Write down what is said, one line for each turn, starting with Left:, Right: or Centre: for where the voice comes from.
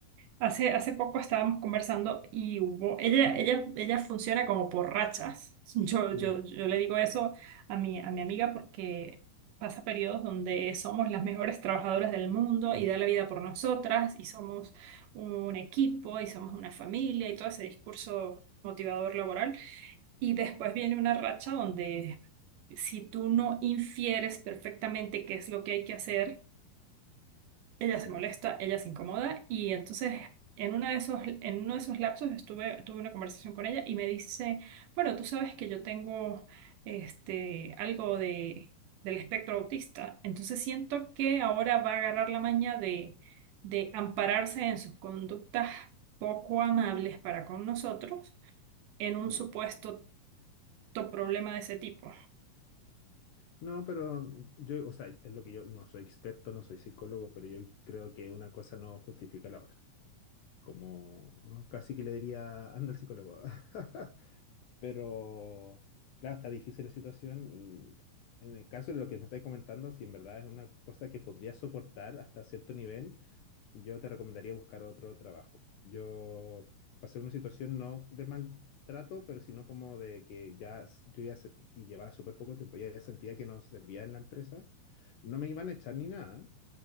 Right: hace, hace poco estábamos conversando y hubo, ella, ella, ella funciona como por rachas. <laughs> Yo,
Left: Ya,
Right: yo, yo le digo eso a mi, a mi amiga porque pasa periodos donde somos las mejores trabajadoras del mundo y da la vida por nosotras y somos un equipo y somos una familia y todo ese discurso motivador laboral. Y después viene una racha donde si tú no infieres perfectamente qué es lo que hay que hacer, ella
Left: claro.
Right: se molesta, ella se incomoda y entonces en una de esos, en uno de esos lapsos estuve, tuve una conversación con ella y me dice, bueno, tú sabes que yo tengo este, algo de, del espectro autista, entonces siento que ahora va a agarrar la maña de, de ampararse en sus conductas poco amables para con nosotros en un
Left: Claro.
Right: supuesto problema de ese tipo.
Left: No, pero yo, o sea, es lo que yo no soy experto, no soy psicólogo, pero yo creo que una cosa no justifica la otra. Como ¿no? casi que le diría, anda al psicólogo. <laughs> Pero, claro, está difícil la situación y en el caso de lo que me estáis comentando, si en verdad es una cosa que podría soportar hasta cierto nivel, yo te recomendaría buscar otro trabajo. Yo pasé una situación no de maltrato, pero sino como de que ya s- yo ya se- y llevaba súper poco tiempo, ya ya sentía que no servía en la empresa. No me iban a echar ni nada,